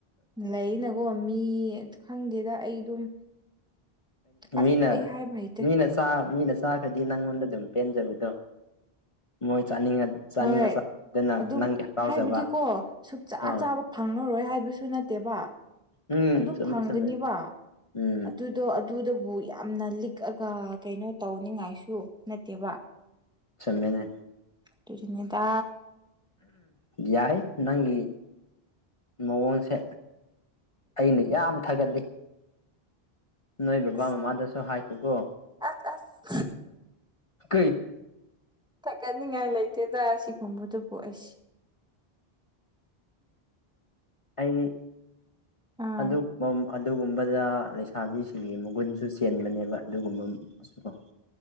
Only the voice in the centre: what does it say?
ꯂꯩꯅ ꯑꯣꯣ ꯃꯤ ꯈꯪꯗꯦꯗ ꯑꯩ ꯑꯗꯨꯝ ꯑꯁ
ꯑꯩ ꯍꯥꯏꯕ ꯍꯩꯇꯦ
ꯍꯣꯏ
ꯑꯗꯨꯝ
ꯍꯥꯏꯕꯗꯤꯀꯣ ꯁꯨꯡ ꯆꯥ
ꯆꯥꯕ ꯐꯪꯂꯉꯔꯣꯏ ꯍꯥꯏꯕꯁꯨ ꯅꯠꯇꯦꯕ
ꯑꯗꯨꯝ
ꯐꯪꯒꯅꯤꯕ
ꯑꯗꯨꯗꯣ ꯑꯗꯨꯗꯕꯨ ꯌꯥꯝꯅ ꯂꯤꯛꯑꯒ ꯀꯩꯅꯣ ꯇꯧꯅꯤꯡꯉꯥꯏꯁꯨ ꯅꯠꯇꯦꯕ
ꯑꯗꯨꯔꯤꯅꯦꯗ
ꯑꯁ
ꯑꯁ ꯑꯁ
ꯊꯥꯒꯠꯅꯤꯡꯉꯥꯏ ꯂꯩꯇꯦꯗ ꯁꯤꯒꯨꯝꯕꯗꯨꯕꯨ ꯑꯩꯁꯦ
ꯑꯥ